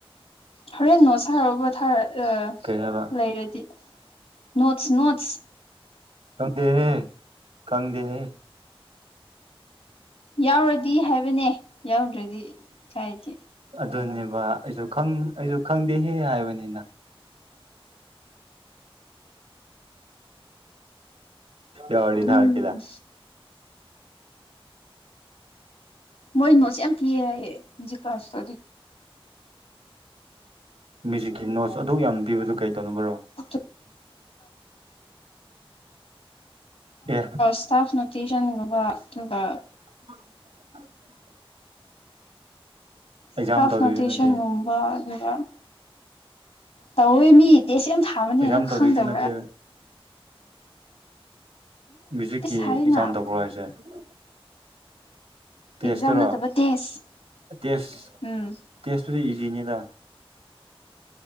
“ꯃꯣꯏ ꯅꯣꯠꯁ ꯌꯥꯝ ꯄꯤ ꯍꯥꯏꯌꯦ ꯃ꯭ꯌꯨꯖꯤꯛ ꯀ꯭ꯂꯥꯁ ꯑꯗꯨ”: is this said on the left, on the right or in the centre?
Left